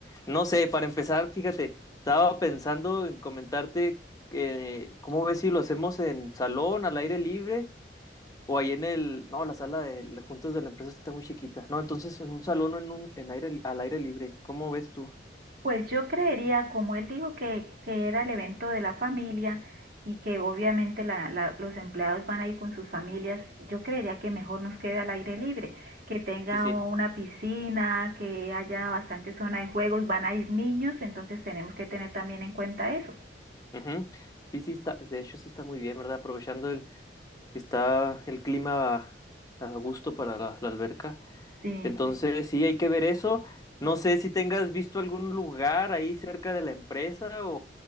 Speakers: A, on the left; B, on the right.
A: no sé, para empezar, fíjate, estaba pensando en comentarte eh, cómo ves si lo hacemos en salón, al aire libre O ahí en el, no, la sala de juntas de la empresa está muy chiquita. No, entonces en un salón o en un, en aire, li- al aire libre. ¿Cómo ves tú?
B: Pues yo creería, como él dijo que, que era el evento de la familia y que obviamente la- la- los empleados van a ir con sus familias, yo creería que mejor nos queda al aire libre, que tenga
A: Sí, sí.
B: una piscina, que haya bastante zona de juegos, van a ir niños, entonces tenemos que tener también en cuenta eso.
A: Ujú. Sí, sí está, de hecho sí está muy bien, ¿verdad? Aprovechando el, está el clima a, a gusto para la, la alberca.
B: Sí.
A: Entonces sí, hay que ver eso. No sé si tengas visto algún lugar ahí cerca de la empresa o,